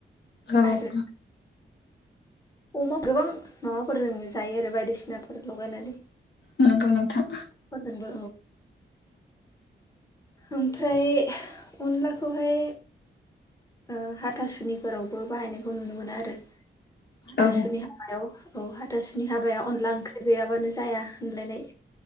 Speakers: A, on the left (about 65°); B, on the left (about 15°).
A: औ
B: आरो अमा गोबां माबाफोरजों जायो आरो बायदिसिनाफोर लगायनानै
A: नंगौ नोंथां।
B: फोरजोंबो <inaudible> ओमफ्राय अनलाखौहाय ओ हाथासुनिफोरावबो बाहायनायखौ नुनो मोना आरो हाथासुनि
A: औ
B: हाबायाव। औ हाथासुनि हाबाया अनला ओंख्रि गैयाबानो जाया होनलायनाय।